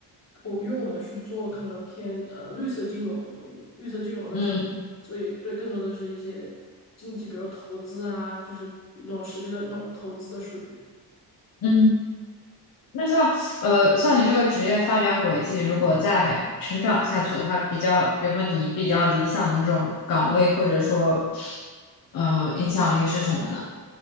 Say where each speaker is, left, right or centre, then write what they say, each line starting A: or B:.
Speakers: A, on the left; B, on the left.
A: 我因为我们是做可能偏呃绿色金融多一点，绿色金融的政策所以对更多的是一些经济，
B: 嗯
A: 比如投资啊，就是那种实际的那种投资的数据。
B: 嗯，那像呃像你这个职业发展轨迹，如果再成长下去的话，比较比如说你比较理想的这种岗位，或者说呃影响力是什么呢？